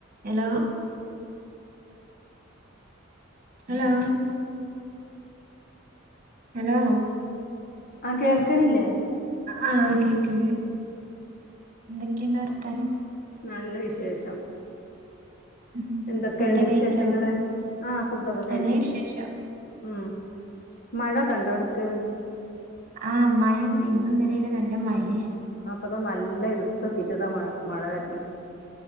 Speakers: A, on the right; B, on the left.
A: Hello. Hello. Hello.
B: ആഹ കേൾക്ക്ണില്ലേ.
A: ആഹ കേക്ക്ണ്ട് എന്തൊക്കെണ്ട് വർത്താനം.
B: നല്ല വിശേഷം
A: ഉം
B: എന്തൊക്കെണ്ട്
A: ഫുഡൊക്കെ
B: വിശേഷങ്ങള്
A: കഴിച്ചോ
B: ആഹ ഫുഡൊക്കെ കഴിച്ചു
A: നല്ല വിശേഷം
B: ഉം മഴൊകണ്ടോ അവ്ട്ക്ക്
A: ആഹ് മയണ്ട് ഇന്നും ഇന്നലേ ആയിട്ട് നല്ല മയയേ
B: ആഹ് ഇപ്പതാ നല്ല ഇരുട്ട് ഒത്തീട്ടതാ മഴ മഴ വരന്